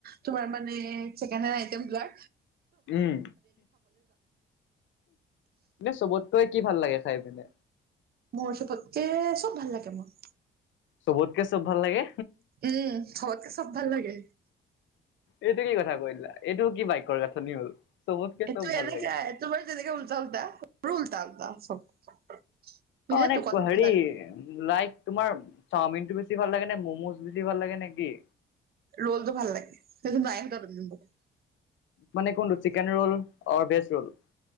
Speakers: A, on the right; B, on the left.
A: তোমাৰ মানে ছেকেণ্ড হেণ্ড আইটেমবিলাক।
B: উম, এনে চবতকৈ কি ভাল লাগে খাই পিনে?
A: মোৰ চবতকে, চব ভাল লাগে মোৰ।
B: চবতকে চব ভাল লাগে?
A: উম, চবতকে চব ভাল লাগে।
B: এইটো কি কথা কৈ দিলা, এইটো কি বাক্যৰ গাঁথনি হ'ল। চবতকে
A: এইটো
B: চব ভাল
A: এনেকে
B: লাগে
A: তোমাৰ যেনেকে উলটা উলটা মোৰো উলটা উলটা চব। মিলেতো
B: অনেক
A: কথাবিলাক।
B: হেৰি লাইক তোমাৰ চাওমিনটো বেছি ভাল লাগে নে ম'ম'জ বেছি ভাল লাগে নে কি?
A: ৰ'লটো ভাল লাগে, সেইটো <unintelligible>
B: মানে কোনটো chicken roll or veg roll?